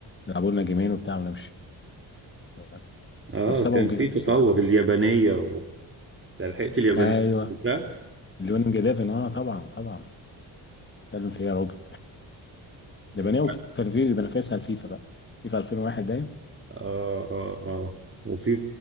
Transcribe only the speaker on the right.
آه
كان
في تطور
اليابانية و... لحقت اليابانية
لا
وبعد-
آه آه آه وفي